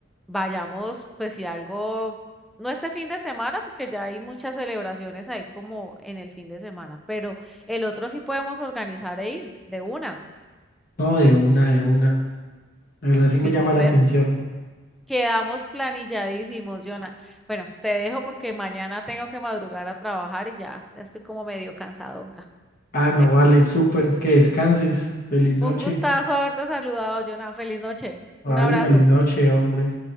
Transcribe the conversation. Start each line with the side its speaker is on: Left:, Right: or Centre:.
Centre: vayamos, pues si algo, no este fin de semana, porque ya hay muchas celebraciones ahí como en el fin de semana, pero el otro sí podemos organizar e ir de una.
Left: No, de una, de una. De verdad sí
Centre: Listo,
Left: me llama
Centre: entonces
Left: la atención.
Centre: quedamos planilladísimos, Jonah. Bueno, te dejo porque mañana tengo que madrugar a trabajar y ya, ya estoy como medio cansadonga,
Left: Ah,
Centre: ¿vale?
Left: no, vale, súper. Que descanses. Feliz noche.
Centre: Un gustazo haberte saludado, Jonah. Feliz noche.
Left: Vale,
Centre: Un abrazo.
Left: feliz noche, hombre.